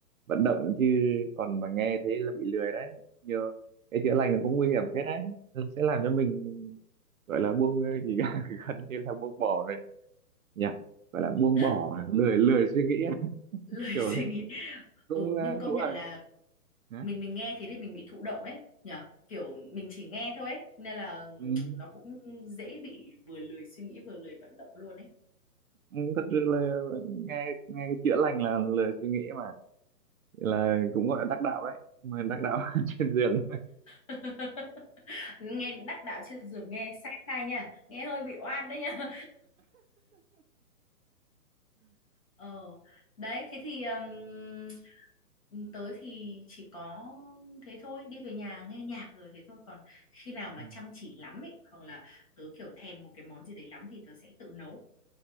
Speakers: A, on the right; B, on the left.
A: vận động chứ còn mà nghe thấy là bị lười đấy nhờ cái chữa lành nó cũng nguy hiểm phết đấy nó sẽ làm cho mình gọi là buông ờ, gì cả <laughs> gần như là buông bỏ rồi nhỉ gọi là buông
B: <laughs>
A: bỏ à? lười lười suy nghĩ à?
B: lời
A: <laughs> kiểu
B: suy
A: đấy
B: nghĩ
A: cũng
B: ừ
A: ờ,
B: nhưng công
A: cũng
B: nhận
A: là
B: là
A: hả?
B: mình mình nghe thế thì mình bị thụ động ấy nhở kiểu mình chỉ nghe thôi ấy. nên là
A: ừ.
B: nó cũng dễ bị vừa lười suy nghĩ vừa lười vận động luôn ấy
A: ừ, thật sự là nghe nghe cái chữa lành là lười suy nghĩ mà là cũng gọi là đắc đạo đấy mà đắc đạo <laughs> trên giường
B: <laughs> nghe đắc đạo trên giường nghe sai sai nha nghe hơi bị oan đấy nha <laughs> Ờ, đấy, thế thì um, tớ thì chỉ có thế thôi, đi về nhà nghe nhạc rồi thế thôi. Còn khi nào mà
A: Ừ.
B: chăm chỉ lắm ấy, hoặc là tớ kiểu thèm một cái món gì đấy lắm thì tớ sẽ tự nấu.